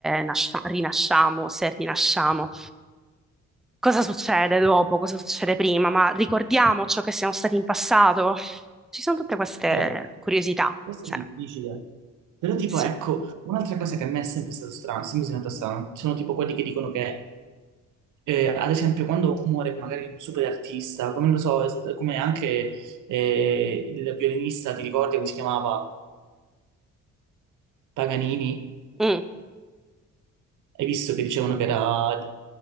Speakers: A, in the centre; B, on the right (about 80°).
A: nascia- rinasciamo, se rinasciamo. Cosa succede dopo? Cosa succede prima? Ma ricordiamo ciò che siamo stati in passato? Ci sono tutte queste
B: Cioè,
A: curiosità.
B: questo
A: Sì.
B: è difficile. Però tipo,
A: Sì.
B: ecco, un'altra cosa che a me è sempre stato strano, sempre sembrato strano, sono tipo quelli che dicono che, eh, ad esempio, quando muore magari un super artista, come lo so, es- come anche eh, il violinista, ti ricordi come si chiamava? Paganini?
A: Mm,
B: Hai visto che dicevano che era il,